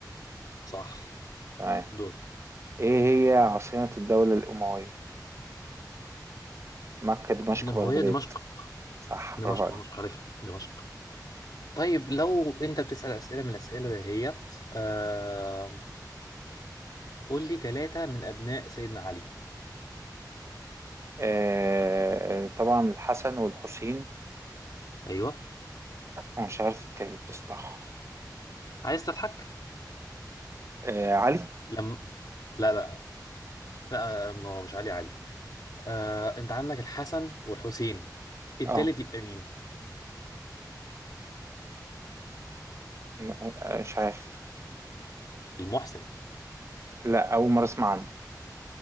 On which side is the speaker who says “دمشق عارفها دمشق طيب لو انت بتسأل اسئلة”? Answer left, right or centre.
Left